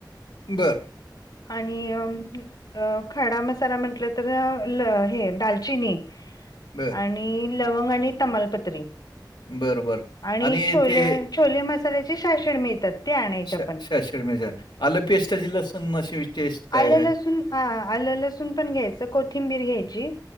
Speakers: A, on the left; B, on the left.
A: बरं
B: आणि अ मग अ खडा मसाला म्हटलतर ल हे दालचिनी
A: बर
B: आणि लवंग आणि तमालपत्री
A: बरं, बरं.
B: आणि छोले
A: ते
B: छोले मसाल्याची शाशीड मिळतात. ते आणायचे
A: शायशे्ड
B: आपण.
A: मिळतात, आलं पेस्टाची लसुण मग अशी टेस्ट काय
B: आल,
A: काय?
B: लसून, आल, लसून पण घ्यायचं कोथिंबीर पण घ्यायची.